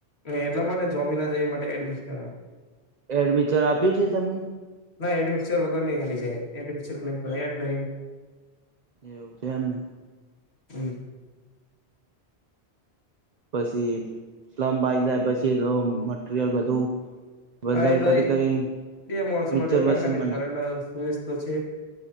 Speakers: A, on the left; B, on the right.
A: એટલા માટે જમી ના જાય માટે એડમિશન કરવા
B: એડમિચન આપ્યું છે તમને
A: ના એડમિચર વગર નહ હા જાય એડ ન
B: એવજે એમને
A: હમ
B: પછી સ્લબ જાય પછી મટરિયલ બધું વજન
A: હા એટલા
B: કરી કરીને
A: બે માણસો
B: મિક્ચર
A: માટે
B: મશીનમાં
A: ઘાટ નાખી કારણ
B: નાખ
A: સુરિ છે